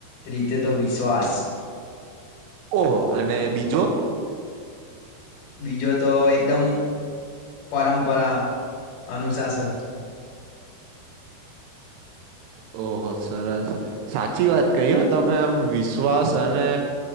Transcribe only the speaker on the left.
રીતે તો વિશ્વાસ.
બીજો તો એકદમ. પરંપરા અનુશાસન.